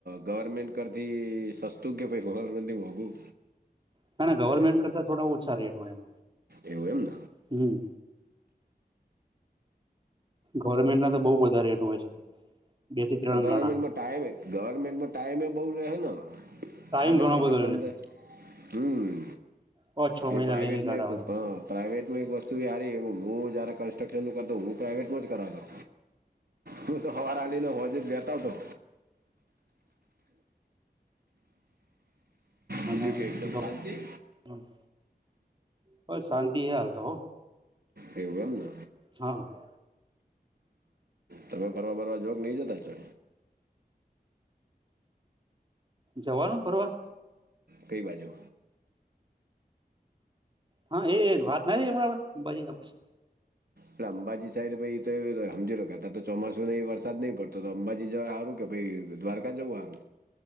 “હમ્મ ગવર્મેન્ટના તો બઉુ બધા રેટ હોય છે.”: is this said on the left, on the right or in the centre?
Right